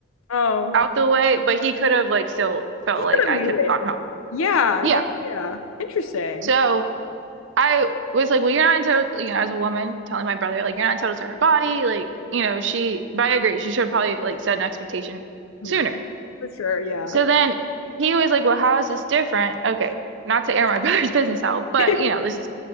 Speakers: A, on the left (about 85°); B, on the right (about 60°).
A: Oh,
B: out the way, but he could have like still felt
A: he could
B: like
A: have
B: I
A: made
B: could have
A: it.
B: gone home.
A: Yeah,
B: Yeah.
A: yeah, yeah. Interesting.
B: So I was like, well, you're not entitled, you know, as a woman telling my brother, like, you're not entitled to her body. Like, you know, she, but I agree, she should have probably like set an expectation
A: Community,
B: sooner.
A: For sure. Yeah.
B: So then he was like, well, how is this different? Okay. Not to air my <laughs> brother's business out, but
A: <laughs>
B: you know, this is